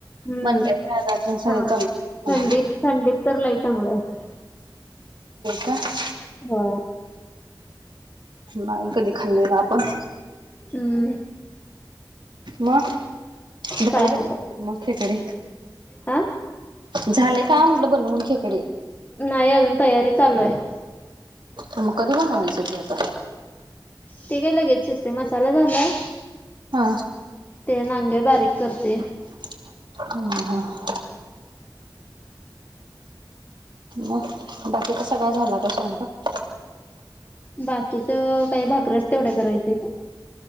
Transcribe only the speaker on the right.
म्हणत आप सगळे
कण हो
का आहे
नाही कधी खाल्लेल आपण
मग झालं
का मग इकडे
झाले का म्हटलं बनवून खेकडी
मग कधी कोण व्हायचं ते आता
हा
ह ह मग बाकीच सग झाला का स्वयंपाक